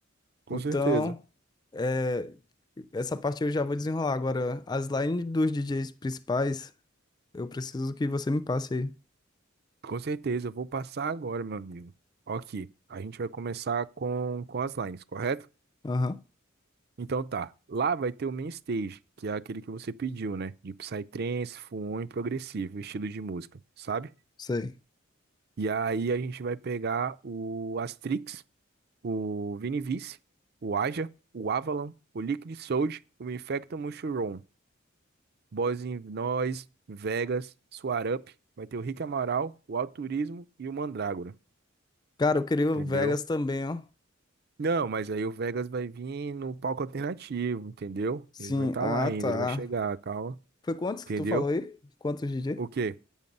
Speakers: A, on the right; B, on the left.
A: com
B: Então,
A: certeza.
B: é, essa parte eu já vou desenrolar. Agora, as lines dos DJs principais, eu preciso que você me passe aí.
A: Com certeza, eu vou passar agora, meu amigo. Ok, a gente vai começar com, com as lines, correto?
B: Aham,
A: Então tá, lá vai ter o main stage, que é aquele que você pediu, né? De psytrance, full e progressivo, estilo de música, sabe?
B: sei.
A: E aí a gente vai pegar o Astrix, o Vinivice, o Aja, o Avalon, o Liquid Soldier, o Infecto Mushroom, Boss in Noise, Vegas, Suarup, vai ter o Rick Amaral, o Alturismo e o Mandrágora,
B: Cara, eu queria
A: entendeu?
B: o Vegas também, ó.
A: Não, mas aí o Vegas vai vir no palco alternativo, entendeu?
B: Sim,
A: Ele vai estar
B: ah,
A: lá ainda,
B: tá.
A: ele vai chegar, calma,
B: Foi quantos
A: entendeu?
B: que tu falou aí? Quantos DJ?
A: O quê?